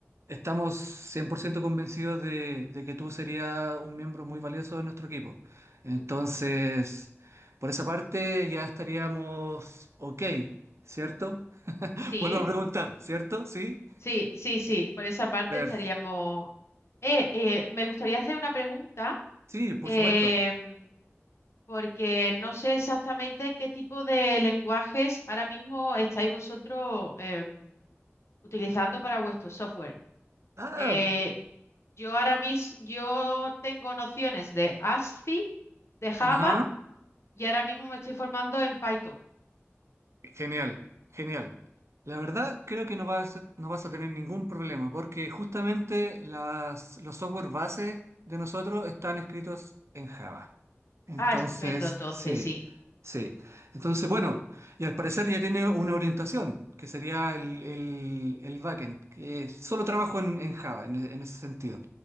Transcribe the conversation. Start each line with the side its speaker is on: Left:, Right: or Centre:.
Right: estamos 100% convencidos de, de que tú serías un miembro muy valioso de nuestro equipo. Entonces,
Left: Ujú.
Right: por esa parte ya estaríamos ok, ¿cierto? <laughs>
Left: Sí.
Right: Vuelvo a preguntar, ¿cierto? Sí.
Left: Sí, sí, sí, por esa parte
Right: Per-
Left: estaríamos... Eh, eh, me gustaría hacer una pregunta,
Right: sí, por
Left: em,
Right: supuesto.
Left: porque no sé exactamente qué tipo de lenguajes ahora mismo estáis vosotros em, utilizando para vuestro software.
Right: Ah,
Left: Eh, yo ahora mismo, yo tengo nociones de ASCII, de Java,
Right: ajá.
Left: y ahora mismo me estoy formando en Python.
Right: Genial, genial. La verdad, creo que no vas, no vas a tener ningún problema, porque justamente las, los software base de nosotros están escritos en Java. Entonces,
Left: Ah, estupendo, entonces,
Right: sí,
Left: sí.
Right: sí. Entonces, bueno, y al parecer ya tiene una orientación, que sería el, el, el backend, que solo trabajo en, en Java, en, en ese sentido.